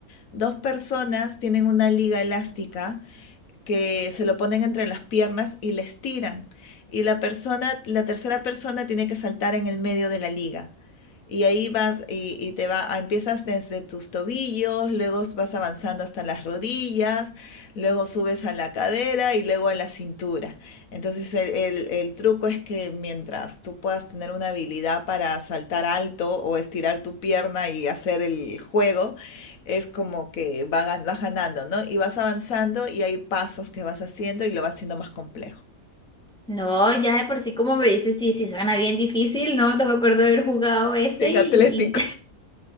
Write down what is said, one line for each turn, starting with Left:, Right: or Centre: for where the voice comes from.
Left: Dos personas tienen una liga elástica que se lo ponen entre las piernas y la estiran. Y la persona, la tercera persona tiene que saltar en el medio de la liga. Y ahí vas y, y te va, ah, empiezas desde tus tobillos, luego vas avanzando hasta las rodillas, luego subes a la cadera y luego a la cintura. Entonces el, el- el truco es que mientras tú puedas tener una habilidad para saltar alto o estirar tu pierna y hacer el juego, es como que va gan- vas ganando, ¿no? Y vas avanzando y hay pasos que vas haciendo y lo vas haciendo más complejo.
Centre: No, ya de por sí como me dices, sí, sí suena bien difícil, ¿no? No me acuerdo de haber jugado ese
Left: Bien
Centre: y,
Left: Sí. atlético.